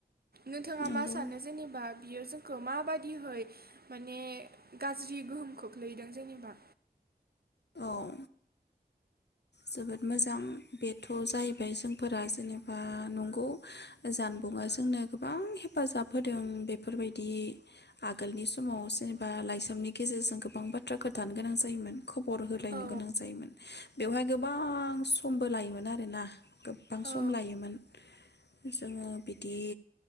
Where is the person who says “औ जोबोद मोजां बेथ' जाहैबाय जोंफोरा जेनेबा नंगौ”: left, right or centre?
Left